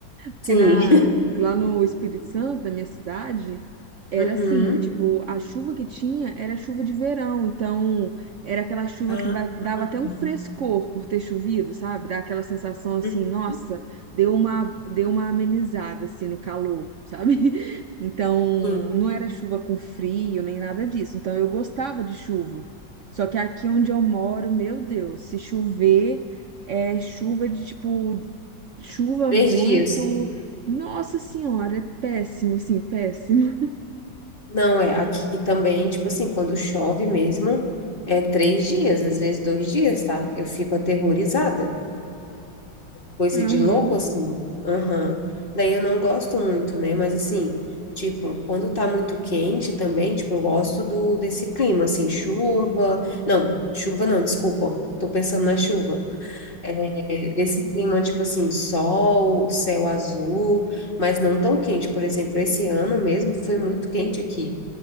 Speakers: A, on the right; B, on the left.
A: Porque
B: Sim.
A: na,
B: <laughs>
A: lá no Espírito Santo, na minha cidade, era
B: Uhum.
A: assim, tipo, a chuva que tinha era chuva de verão, então era aquela chuva
B: Ah,
A: que ba- dava
B: ah,
A: até um
B: tá.
A: frescor por ter chovido, sabe? Dá aquela sensação assim,
B: uhum.
A: nossa, deu uma, deu uma amenizada assim no calor, sabe? <laughs> Então,
B: Sim.
A: não era chuva com frio nem nada disso. Então, eu gostava de chuva. Só que aqui onde eu moro, meu Deus, se chover, é chuva de tipo chuva,
B: Três
A: vento.
B: dias.
A: Nossa senhora, é péssimo, sim, péssimo.
B: Não, é, aqui também, tipo assim, quando chove mesmo, é três dias, às vezes dois dias, tá? Eu fico aterrorizada. coisa
A: <laughs> Aham,
B: de louco, assim. Aham. Daí eu não gosto muito, né? Mas assim, tipo, quando tá muito quente também, tipo, eu gosto do desse clima, assim, chuva. Não, chuva não, desculpa. Tô pensando na chuva. É, desse clima, tipo assim, sol, céu azul, mas não tão quente. Por exemplo, esse ano mesmo foi muito quente aqui.